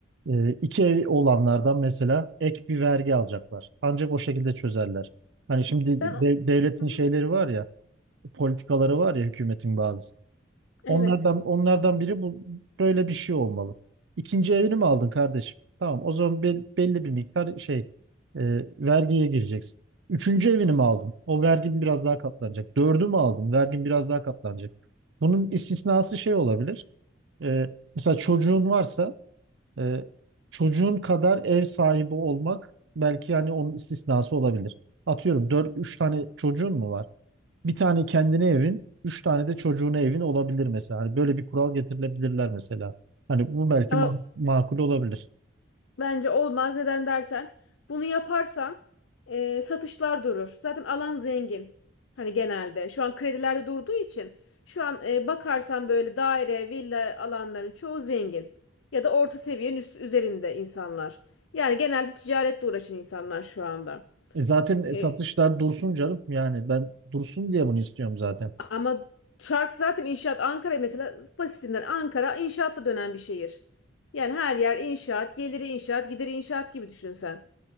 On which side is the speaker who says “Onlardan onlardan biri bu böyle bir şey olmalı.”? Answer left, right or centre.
Right